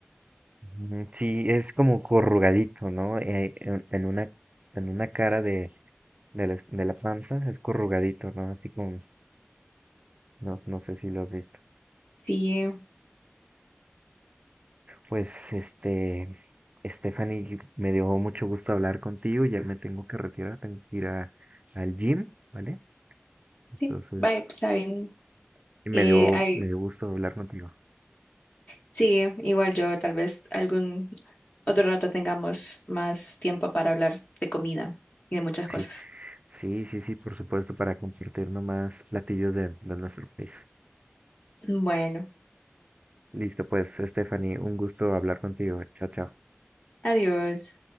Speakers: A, on the right; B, on the left.
A: Ujú, Sí, es como corrugadito, ¿no? Eh, en, en una, en una cara de, de la, de la panza es corrugadito, ¿no? Así como, no, no sé si lo has visto.
B: Sí,
A: Pues este, Stephanie, me dio mucho gusto hablar contigo. Ya me tengo que retirar, tengo que ir a- al gym, ¿vale? Entonces,
B: sí, vaya, está bien.
A: y me
B: Eh,
A: dio,
B: ay,
A: me dio gusto hablar contigo.
B: sí, igual yo tal vez algún otro rato tengamos más tiempo para hablar de comida y de muchas
A: Sí,
B: cosas.
A: sí, sí, sí, por supuesto, para compartirnos más platillos de, de nuestro país.
B: Bueno,
A: Listo, pues, Stephanie, un gusto hablar contigo. Chao, chao.
B: adiós.